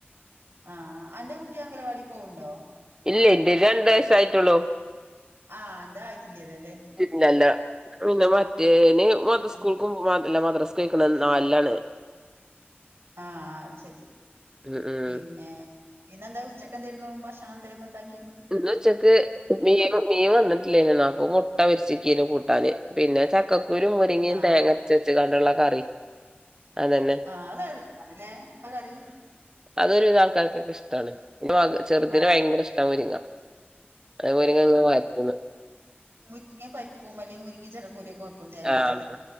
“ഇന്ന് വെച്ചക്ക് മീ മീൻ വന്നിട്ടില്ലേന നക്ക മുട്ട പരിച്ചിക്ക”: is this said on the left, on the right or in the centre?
Right